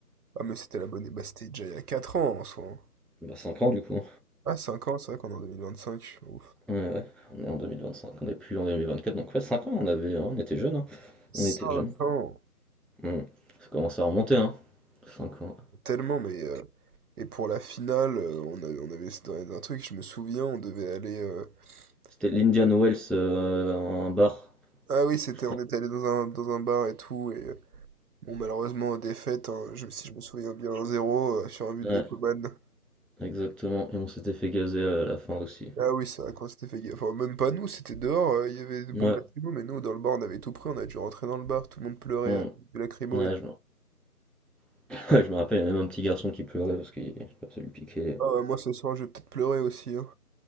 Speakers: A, on the right (about 70°); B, in the centre.
A: Ah mais c'était la bonne, et bah c'était déjà il y a 4 ans en soi. hein.
B: Bah 5 ans du coup.
A: Ah cinq ans, c'est vrai qu'on est en 2025, ouf.
B: Ouais, ouais. On est en deux mille vingt cinq on n'est plus en deux mille vingt quatre donc ouais, 5 ans on avait, hein, on était jeunes, hein.
A: cinq
B: On était jeunes.
A: ans,
B: Hmm. Ça commence à remonter, hein. cinq ans.
A: tellement, mais... euh, Et pour la finale, euh, on, a- on avait c'était un un truc, je me souviens, on devait aller... euh,
B: C'était l'Indian
A: on-
B: Wells, euh, un bar,
A: Ah oui, c'était,
B: je crois.
A: on était allé dans un, dans un bar et tout, et... euh, Bon, malheureusement, défaite, hein, je, si je me souviens bien, un zéro euh, sur un but
B: Ouais,
A: de Coman.
B: exactement. Et on s'était fait gazer à la fin aussi.
A: Ah oui, c'est vrai qu'on s'était fait gaffe. Enfin, même pas nous, c'était dehors, euh, il y avait des bombes
B: Ouais.
A: lacrymo, mais nous, dans le bar, on avait tout pris, on a dû rentrer dans le bar, tout le monde pleurait,
B: Hmm.
A: euh, du lacrymo
B: Ouais,
A: et tout.
B: je me... <laughs> ouais, je me rappelle, il y avait même un petit garçon qui pleurait parce qu'il ça lui piquait.
A: Ah, ouais, moi, ce soir, je vais peut-être pleurer aussi, hein.